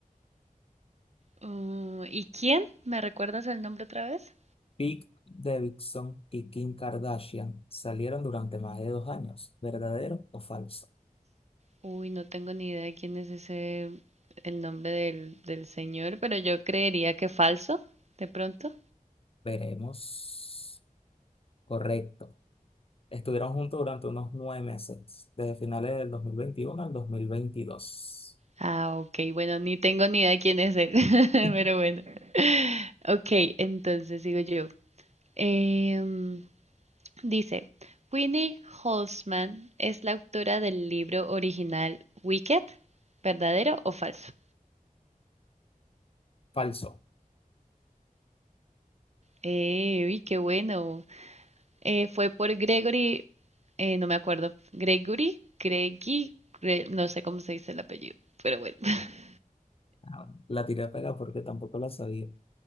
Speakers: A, on the right; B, on the left.
A: Uh, ¿y quién? ¿Me recuerdas el nombre otra vez?
B: Pete Davidson y Kim Kardashian salieron durante más de dos años. ¿Verdadero o falso?
A: Uy, no tengo ni idea de quién es ese, el nombre del, del señor, pero yo creería que falso, de pronto.
B: Veremos. Correcto. Estuvieron juntos durante unos nueve meses, desde finales del 2021 al 2022.
A: Ah, ok, bueno, ni tengo ni idea de quién es él, <laughs> pero
B: <laughs>
A: bueno. Ok, entonces sigo yo. Em, dice, Winnie Holzman es la autora del libro original Wicked, ¿verdadero o falso?
B: Falso.
A: Eh, uy, qué bueno. Eh, fue por Gregory, eh, no me acuerdo, Gregory, Greggy, Gre- no sé cómo se dice el apellido, pero bueno, <laughs>
B: Ah, bueno, la tiré a pegar porque tampoco la sabía.